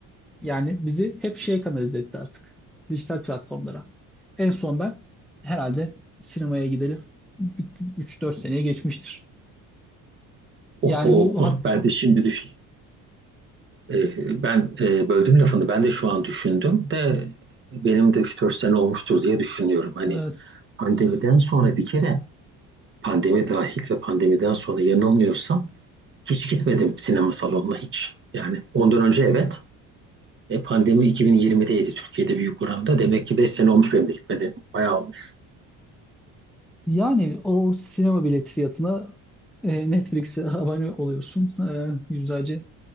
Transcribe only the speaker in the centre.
yani bizi hep şeye kanalize etti artık. Dijital platformlara. En son ben herhalde sinemaya gideli 3-4 seneye geçmiştir.
Yani bu hat,
evet,
yani o sinema bileti fiyatına e, Netflix'e <laughs> abone oluyorsun. E, yüzlerce